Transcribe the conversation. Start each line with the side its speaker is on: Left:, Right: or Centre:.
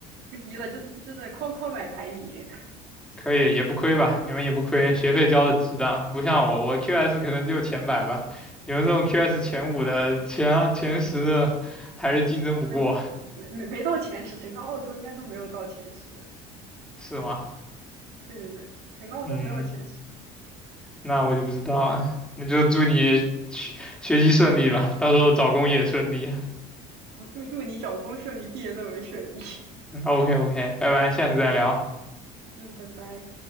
Right: 无敌了，就是就在哐哐买排名，
Centre: 可以，也不亏吧？你们也不亏，学费交的值当，不像我，我 QS 可能就前百吧。你们这种 QS 前五的、前啊前十的，还是竞争不过，
Right: 没没没没到前十，整个澳洲应该都没有到前十。
Centre: 是吗？
Right: 对对对，整个澳洲没有前十。
Centre: 嗯，那我就不知道了。那就祝你学学习顺利吧，到时候找工也顺利。
Right: 好，祝祝你找工顺利，毕业论文顺利。
Centre: OK OK，拜拜，下次再聊。
Right: 嗯，拜拜。